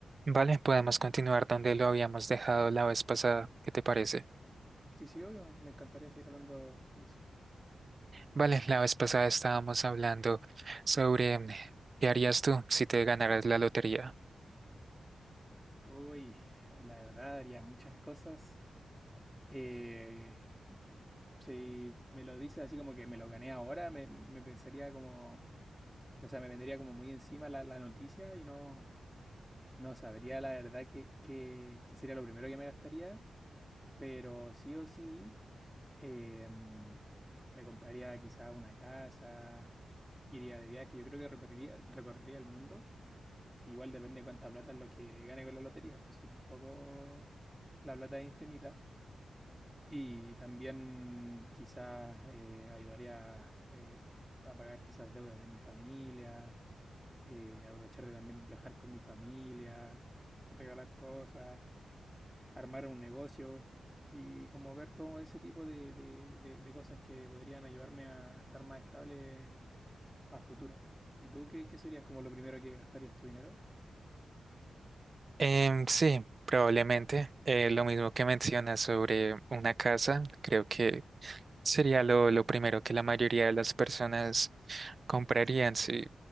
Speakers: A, on the right; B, in the centre.
A: Vale, podemos continuar donde lo habíamos dejado la vez pasada. ¿Qué te parece?
B: Sí, sí, obvio, me me encantaría seguir hablando de eso.
A: Vale, la vez pasada estábamos hablando sobre em, qué harías tú si te ganaras la lotería.
B: Uy, eh, la verdad haría muchas cosas. Eh, si me lo dices así como que me lo gané ahora, me, me- me pensaría como, o sea, me vendría como muy encima la, la noticia y no, no sabría la verdad que, que- que sería lo primero que me gastaría, pero sí o sí eh, me compraría quizá una casa, iría de viaje, yo creo que recorrería, recorrería el mundo Igual depende de cuánta plata es lo que gane con la lotería, pues si tampoco la plata es infinita. Y también quizás eh, ayudaría eh, a pagar quizás deudas de mi familia, eh, aprovechar de también viajar con mi familia, regalar cosas, armar un negocio y como ver todo ese tipo de, de- de- de cosas que podrían ayudarme a estar más estable a futuro. ¿Y tú qué, qué serías como lo primero que gastarías tu dinero?
A: Em, sí, probablemente. eh, lo mismo que mencionas sobre una casa, creo que sería lo, lo primero que la mayoría de las personas comprarían si